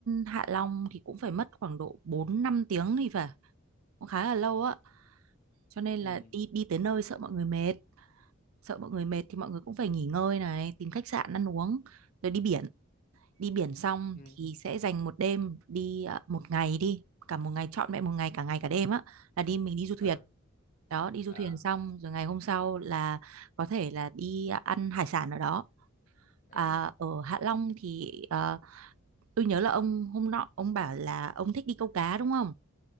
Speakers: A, on the right; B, on the left.
A: Hạ Long thì cũng phải mất khoảng độ 4 5 tiếng thì phải. Cũng khá là lâu á. Cho nên là
B: ừ
A: đi đi tới nơi sợ mọi người mệt sợ mọi người mệt thì mọi người cũng phải nghỉ ngơi này tìm khách sạn ăn uống rồi đi biển đi biển xong
B: ừ
A: thì sẽ dành một đêm đi à, một ngày đi cả một ngày trọn vẹn một ngày cả ngày cả đêm á là đi mình đi du thuyền
B: ừ
A: đó đi du
B: à,
A: thuyền xong rồi ngày hôm sau là có thể là đi à, ăn hải sản ở đó
B: ừ
A: à, ở Hạ Long thì à, tôi nhớ là ông hôm nọ ông bảo là ông thích đi câu cá đúng không